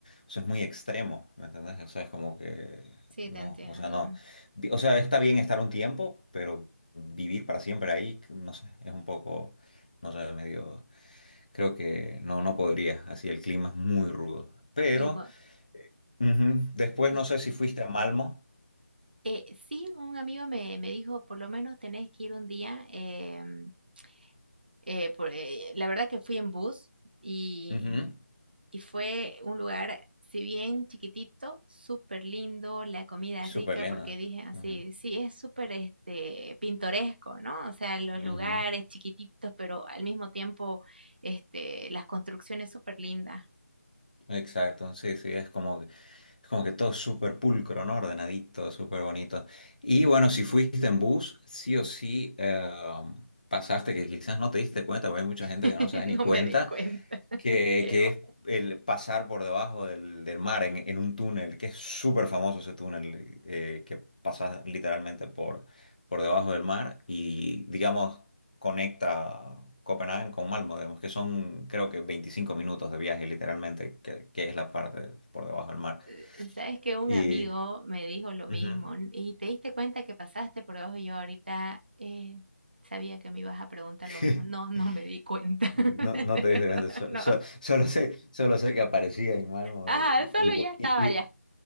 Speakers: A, on the left (about 30°); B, on the right (about 35°).
A: O sea, es muy extremo, ¿me entendés? O sea, es como que
B: Sí,
A: no,
B: te entiendo.
A: o sea, no. Vi- O sea, está bien estar un tiempo, pero vivir para siempre ahí, no sé, es un poco, no sé, medio, creo que no, no podría. Así el clima es muy rudo. Pero
B: Y, en cua-
A: ujú, después
B: y,
A: no sé si fuiste a Malmo.
B: eh, sí, un amigo me, me dijo, por lo menos tenés que ir un día. em, eh, por- eh, la verdad que fui en bus y
A: Ujú.
B: y fue un lugar, si bien chiquitito, súper lindo, la comida
A: Súper
B: rica,
A: lema.
B: porque dije así,
A: Ujú,
B: sí, es súper este, pintoresco, ¿no? O sea, los
A: ujú.
B: lugares chiquititos, pero al mismo tiempo este, las construcciones súper lindas.
A: Exacto, sí, sí, es como que, es como que todo súper pulcro, ¿no? Ordenadito, súper bonito. Y bueno, si fuiste en bus, sí o sí eh, pasaste, que quizás no te diste cuenta, porque hay mucha gente
B: <laughs>
A: que no se da
B: No
A: ni cuenta,
B: me di cuenta, <laughs>
A: que,
B: creo.
A: que es el pasar por debajo del, del mar en, en un túnel, que es súper famoso ese túnel, eh, que pasas literalmente por, por debajo del mar y, digamos, conecta Copenhague con Malmo, digamos, que son creo que 25 minutos de viaje literalmente, que, que es la parte por debajo del mar.
B: Eh, Sabes que un
A: Y...
B: amigo me dijo lo mismo
A: Ujú.
B: "N- y te diste cuenta que pasaste por debajo y yo ahorita eh, sabía que me ibas a preguntar
A: <laughs>
B: lo mismo. No, no me di cuenta. <laughs>
A: No,
B: De
A: no te diste
B: verdad,
A: cuenta, so-
B: no.
A: so- solo sé, solo sé que aparecía en Malmo
B: Ajá,
A: y,
B: el solo ya estaba
A: y-
B: allá.
A: y-